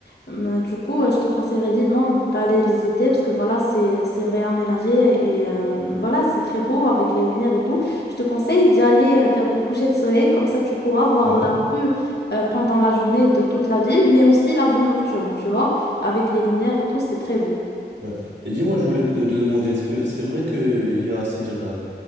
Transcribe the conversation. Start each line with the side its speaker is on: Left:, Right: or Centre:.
Left: Mais du coup, euh, je te conseillerais vivement d'aller visiter parce que voilà, c'est c'est réaménagé et euh, voilà, c'est très beau avec les lumières et tout. Je te conseille d'y aller euh, vers le coucher de soleil, comme ça tu pourras voir
Right: Ouais,
Left: la vue euh, pendant la journée de toute la ville, mais aussi la vue nocturne, tu vois, avec les lumières et tout, c'est très beau.
Right: ouais. Et dis-moi, je voulais te, te demander, est-ce que c'est vrai qu'il y a, c'est-à-dire, euh,